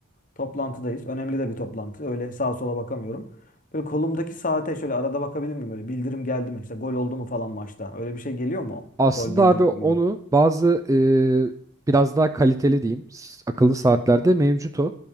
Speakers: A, on the left; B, on the right.
A: Toplantıdayız. Önemli de bir toplantı. Öyle sağa sola bakamıyorum. Böyle kolumdaki saate şöyle arada bakabilir miyim? Böyle bildirim geldi mi? İşte gol oldu mu falan maçta. Öyle bir şey geliyor mu? o?
B: Aslında
A: Gol bildirimi
B: abi onu
A: gibi.
B: bazı e, biraz daha kaliteli diyeyim s- akıllı saatlerde
A: Hı hı.
B: mevcut o.